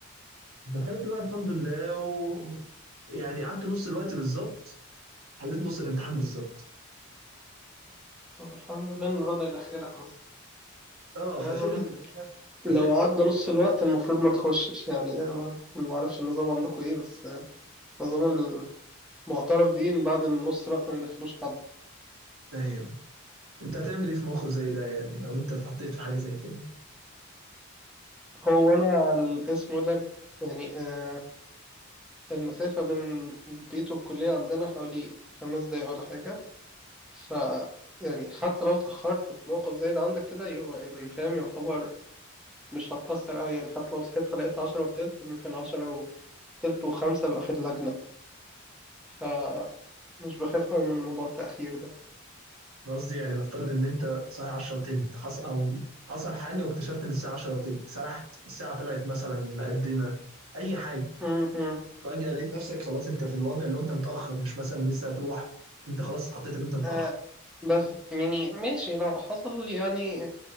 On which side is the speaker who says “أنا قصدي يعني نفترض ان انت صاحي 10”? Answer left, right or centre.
Right